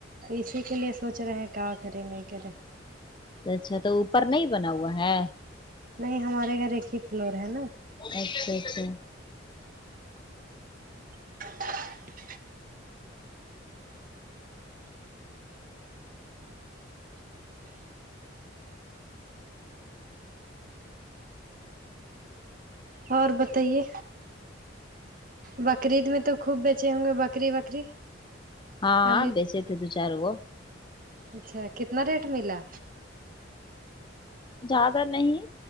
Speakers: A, on the right; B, on the left.
A: تو اسی کے لیے سوچ رہے ہیں کیا کرے نہیں کرے
B: اچھا تو اوپر نہیں بنا ہوا ہے
A: نہیں ہمارے گھر ایک ہی فلور ہے نا
B: اچھا اچھا
A: ہ اور بتائیے بکرید میں تو خوب بیچے ہوں گے بکری وکری
B: ہاں
A: ہمیں
B: بیچے تھے دو چار وہ
A: اچھا کتنا ریٹ ملا
B: زیادہ نہیں